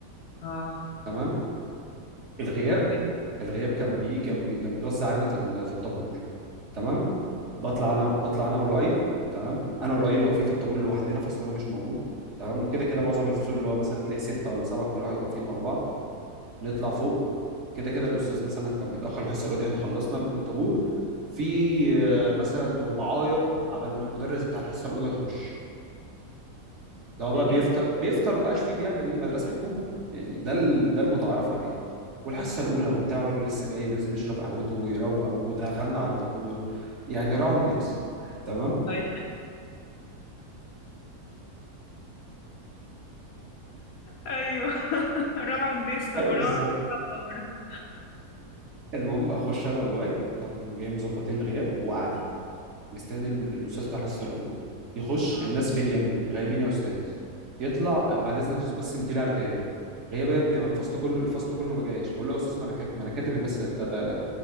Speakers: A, on the left (about 65°); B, on the right (about 45°).
A: آه،
B: تمام الغياب
A: تمام
B: الغياب كان بيجي جنبي كان بيتوزع علينا في ال- في الطابور تمام بطلع انا بطلع انا ولؤي تمام انا ولؤي اللي واقفين في الطابور لوحدنا فصلنا مش موجود تمام وكده كده
A: أوكي.
B: معظم الفصول اللي هو مثلا تلاقي ستة ولا سبعة كل واحد واقفين ورا بعض نطلع فوق كده كده الاستاذ مثلا كان بيتاخر الحصه الأولى احنا خلصنا الطابور في آه، مثلا ربعايه عبال ما المدرس بتاع الحصه الاولى يخش لو بقى
A: ليه
B: بيفطر بيفطر بقى شوف بيعمل ايه مدرسه حكومه يعني ده ال- ده المتعارف عليه والحصه الاولى وبتاع والراجل لسه جاي ولازم يشرب قهوته ويروق ودخلنا على طابور يعني راعوا الناس تمام
A: طيب ايوه <laughs> راعوا الناس طب
B: ايوه
A: راعوا
B: بالظبط
A: الكهرباء برضه
B: المهم اخش انا واللؤي قام جاي مظبطين الغياب وقاعدين مستني ال- الاستاذ بتاع الحصه الاولى يخش
A: اه
B: الناس فين يا ابني غايبين يا استاذ يطلع بعد اذنك يا استاذ بس مديلي على الغياب غياب يا ابني ما الفصل كله الفصل كله ما جاش بقول له يا استاذ ما انا كاتب ما انا كاتب الناس بتاع ده